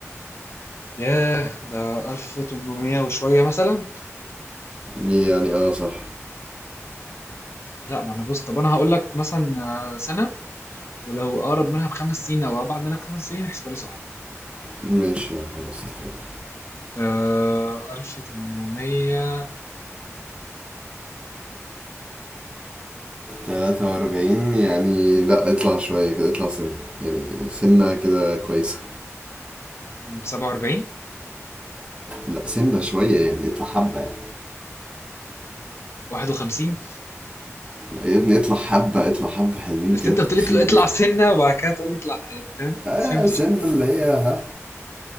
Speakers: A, on the left; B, on the right.
A: ياه ده 1800 وشويه مثلا
B: يعني اه صح
A: لا ما انا بص طب انا هقول لك مثلا آه، سنه ولو اقرب منها بخمس سنين او ابعد منها بخمس سنين احسبها لي صح
B: ماشي يا عم خلاص اتفقنا
A: آه 1843
B: تلاتة وأربعين يعني لا اطلع شوية كده اطلع سنة يعني سنة كده كويسة
A: 47
B: لا سنة شوية يعني اطلع حبة يعني
A: 51
B: لا يا ابني اطلع حبة اطلع حبة حلوين
A: بس
B: كده
A: انت
B: انت
A: قلت
B: بخيل
A: لي اطلع
B: ليه؟
A: سنه وبعد كده تقول لي اطلع حياه فاهم
B: اه
A: ما فهمتش
B: سنة اللي هي ها